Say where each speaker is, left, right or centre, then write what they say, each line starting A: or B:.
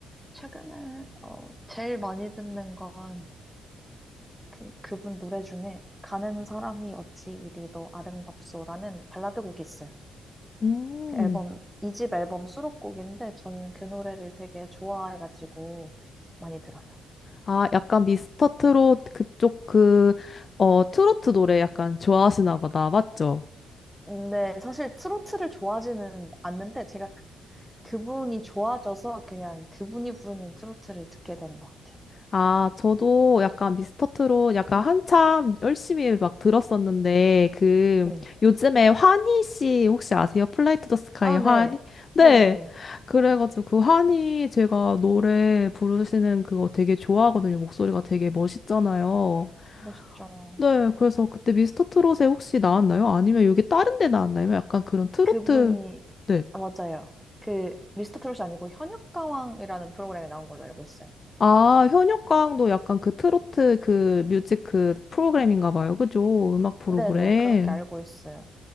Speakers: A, in the centre; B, on the left (about 40°).
A: 최근에 어, 제일 많이 듣는 건 그, 그분 노래 중에 가는 사람이 어찌 이리도 아름답소라는 발라드 곡이 있어요.
B: 음.
A: 그 앨범, 이집 앨범 수록곡인데 저는 그 노래를 되게 좋아해가지고 많이 들어요.
B: 아, 약간 미스터 트롯 그쪽 그, 어, 트로트 노래 약간 좋아하시나 보다. 맞죠?
A: 근데 사실 트로트를 좋아하지는 않는데 제가 그, 그분이 좋아져서 그냥 그분이 부르는 트로트를 듣게 되는 것 같아요.
B: 아, 저도 약간 미스터 트롯 약간 한참 열심히 막 들었었는데, 그,
A: 네.
B: 요즘에 환희 씨 혹시 아세요? 플라이 투 더 스카이의
A: 아, 네.
B: 환희?
A: 네네.
B: 네. 그래가지고 그 환희 제가 노래 부르시는 그거 되게 좋아하거든요. 목소리가 되게 멋있잖아요.
A: 멋있죠.
B: 네. 그래서 그때 미스터 트롯에 혹시 나왔나요? 아니면 여기 다른 데 나왔나요? 약간 그런 트로트.
A: 그분이,
B: 네.
A: 아, 맞아요. 그, 미스터 트롯이 아니고 현역가왕이라는 프로그램에 나온 걸로 알고 있어요.
B: 아, 현역가왕도 약간 그 트로트 그 뮤직 그 프로그램인가 봐요. 그죠? 음악 프로그램.
A: 네네, 그렇게 알고 있어요.